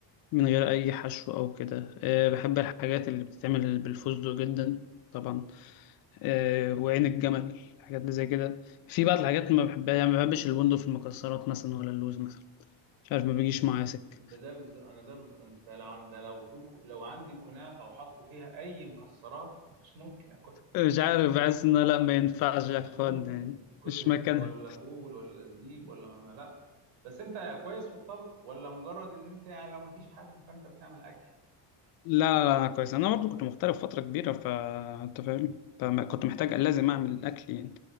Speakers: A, on the left; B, on the right.
A: من غير اي حشو او كده أه بحب الحاجات اللي بتتعمل بالفستق جدا طبعا أه وعين الجمل الحاجات اللي زي كده في بعض الحاجات اللي ما بحبها يعني ما بحبش البندق في المكسرات مثلا ولا اللوز مثلا مش عارف ما
B: إيه
A: بيجيش
B: ده
A: معايا سكه
B: أنت زي بز... أنا زي بز... أنت لو ده لو في... لو عندي كنافة وحطوا فيها أي مكسرات مش ممكن
A: مش عارف بحس ان لا ما ينفعش يا
B: مش
A: اخوان
B: ممكن
A: يعني
B: جوز
A: مش
B: هند
A: مكانها
B: ولا فول ولا زبيب ولا ما ما- لا بس انت كويس في الطبخ ولا مجرد ان انت يعني لو مفيش حد فانت بتعمل اكل
A: لا لا لا أنا كويس انا برضو كنت مغترب فتره كبيره فانت فاهم فما- كنت محتاج لازم اعمل اكل يعني